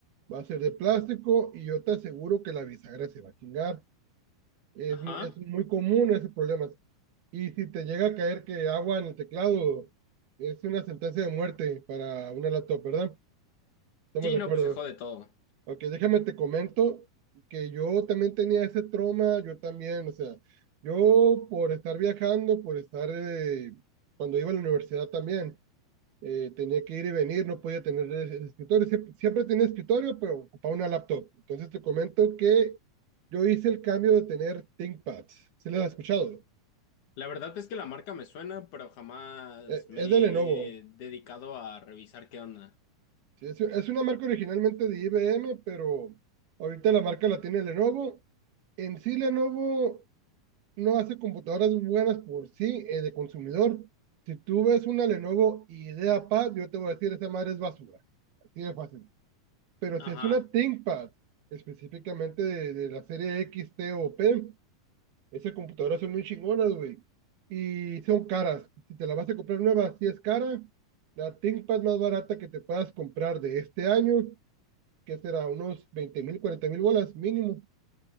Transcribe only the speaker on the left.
ajá.
Sí,
no,
pues se jode todo.
La verdad es que la marca me suena, pero jamás
me
he
dedicado a revisar qué onda.
Ajá,